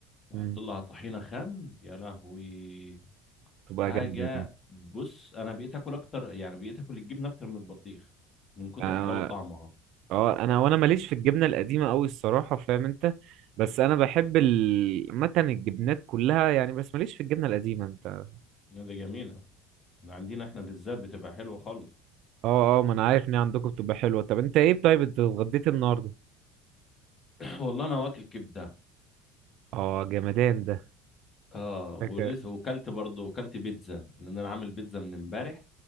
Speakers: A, on the left (about 35°); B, on the right (about 55°).
A: واحط
B: مم.
A: لها طحينه خام يا لهوي
B: تبقى
A: حاجه
B: جامدة دي
A: بص انا بقيت اكل اكتر يعني بقيت اكل الجبنه اكتر من البطيخ من كتر
B: آه،
A: حلاوه طعمها
B: اه انا وانا ماليش في الجبنه القديمه قوي الصراحه فاهم انت بس انا بحب ال- متن الجبنات كلها يعني بس ماليش في الجبنه القديمه انت
A: هذا جميله عندنا احنا بالذات بتبقى حلوه خالص
B: اه اه ما انا عارف ان هي عندكم بتبقى حلوه طب انت ايه طيب انت اتغديت النهارده
A: <clears throat> والله انا واكل كبده
B: اه جمدان ده
A: اه ولسه
B: حكا-
A: وكلت برضه وكلت بيتزا لان انا عامل بيتزا من امبارح